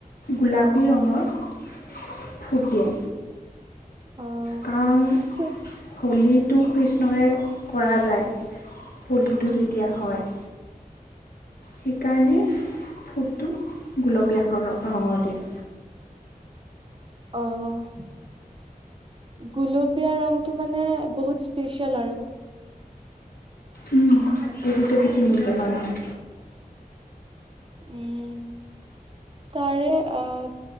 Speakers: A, on the left; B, on the right.
A: গোলাপী ৰঙৰ ফুট দিয়ে।
B: অ
A: কাৰণ
B: কিয়
A: হোলীত? টো কৃষ্ণৰে কৰা যায়। পলিটো
B: উম
A: যেতিয়া হয়। সেইকাৰণে ফুটটো গোলপীয়া ৰঙৰ দিয়ে।
B: আঃহ। গুলপীয়া ৰংটো মানে বহুত স্পেচিয়েল আৰু।
A: উম পভিটো বেছি মূল্যবান হয়।
B: উম, তাৰে অঁ,